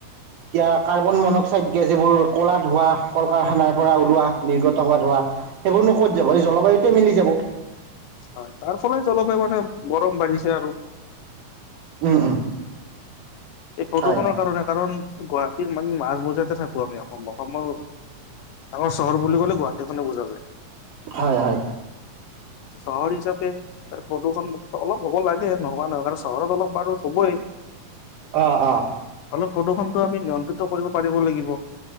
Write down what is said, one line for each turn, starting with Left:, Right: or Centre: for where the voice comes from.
Right: এতিয়া কাৰ্বন মনক্সাইড গেছ এইবোৰ কলা ধোৱা কল কাৰখানাৰ পৰা ওলোৱা নিৰ্গত হোৱা ধোৱা। সেইবোৰ নো ক'ত যাব এই জলবায়ুতে মিলি যাব।
Left: হয় তাৰ ফলত জলবায়ু মানে গৰম বাঢ়িছে আৰু।
Right: উম উম।
Left: এই প্ৰদূষণৰ
Right: হয়
Left: কাৰণে কাৰণ গুৱাহাটীৰ মানে মাজ মজাতে থাকো। আমি অসম অসমৰ ডাঙৰ চহৰ বুলি ক'লে গুৱাহাটী খনে বুজা যায়।
Right: হয় হয়
Left: চহৰ হিচাপে। প্ৰদূষণমুক্ত অলপ হ'ব লাগে নোহোৱা নহয় কাৰণ চহৰত অলপ বাৰু হ'বই।
Right: অহ অ।
Left: ত প্ৰদূষণতো আমি নিয়ন্ত্ৰিত কৰিব পাৰিব লাগিব।